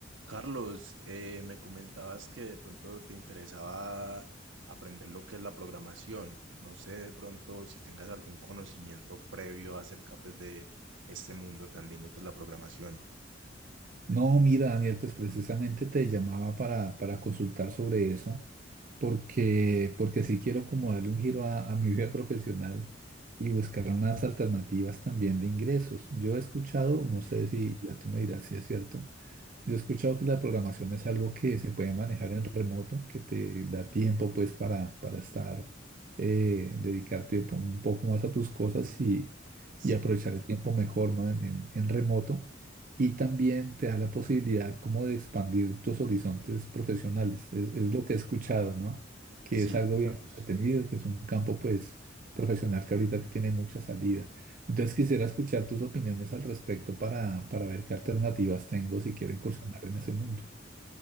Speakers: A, on the right; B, on the right.
A: Carlos, eh, me comentabas que de pronto te interesaba aprender lo que es la programación. No sé de pronto si tengas algún conocimiento previo acerca pues, de este mundo tan lindo que es la programación.
B: No, mira, Daniel, pues precisamente te llamaba para, para consultar sobre eso, porque, porque sí quiero como darle un giro a, a mi vida profesional y buscar unas alternativas también de ingresos. Yo he escuchado, no sé
A: Sí,
B: si ya tú me dirás si es cierto, yo he escuchado que la programación es algo que se puede manejar en remoto, que te da tiempo pues para, para estar, eh, dedicarte un poco más a tus cosas y,
A: sí.
B: y aprovechar el tiempo mejor, ¿no? en en- en remoto y también te da la posibilidad como de expandir tus horizontes profesionales. Es, es lo que he escuchado, ¿no? Que
A: Sí,
B: es algo bien
A: Carlos.
B: atendido, que es un campo pues profesional que ahorita tiene mucha salida. Entonces quisiera escuchar tus opiniones al respecto para, para ver qué alternativas tengo si quiero incursionar en ese mundo.